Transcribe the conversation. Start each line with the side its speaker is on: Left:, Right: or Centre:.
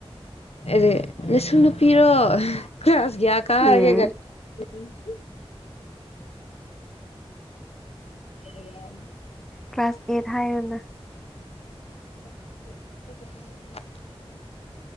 Left: ꯑꯦ ꯅꯁꯨ ꯅꯨꯄꯤꯔꯣ ꯀ꯭ꯂꯥꯁ ꯀꯌꯥ ꯀꯥꯔꯒꯦ
Centre: ꯎꯝ
Left: <inaudible> ꯑ <inaudible>
Centre: ꯀ꯭ꯂꯥꯁ ꯑꯦꯠ ꯍꯥꯏꯌꯣꯅ꯫
Left: <inaudible>